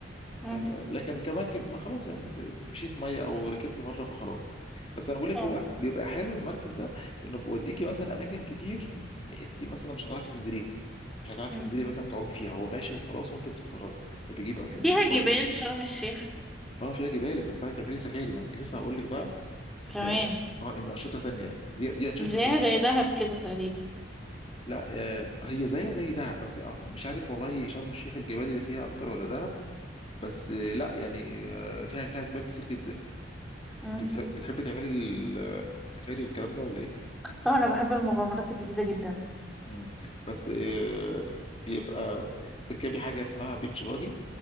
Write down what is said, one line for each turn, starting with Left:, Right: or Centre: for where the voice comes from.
Centre: أمم.
Left: آه، لكن كمركب ما خلاص يعني نز- مشيت مية أو ركبت مرة فخلاص بس أنا بقول لك
Centre: اه
Left: هو بيبقى حلو المركب ده إنه بيوديكي مثلا أماكن كتير م- أنت مثلا مش هتعرفي تنزليها مش هتعرفي
Centre: أمم.
Left: تنزلي مثلا تعومي فيها هو ماشي وخلاص وأنت بتتفرجي فبيجيب أصل بيجيب
Centre: فيها جبال شرم الشيخ
Left: اه فيها جبال بتطلعي تعملي سفاري ما كنت لسه هقول لك بقى
Centre: كمان
Left: اه آه، ان انشطه تانية دي دي انشطه
Centre: زيها زي دهب كده تقريبا
Left: لا آه هي زيها زي دهب بس آه، مش عارف والله شرم الشيخ الجبال اللي فيها اكتر ولا دهب بس آه لا يعني آه فيها فيها جبال كتير جدا
Centre: مم.
Left: انت بتحب بتحبي تعملي ال- السفاري والكلام ده ولا ايه؟
Centre: اه انا بحب المغامرات الجديده جدا
Left: مم. بس آه بيبقى بتركبي حاجه اسمها بيتش باجي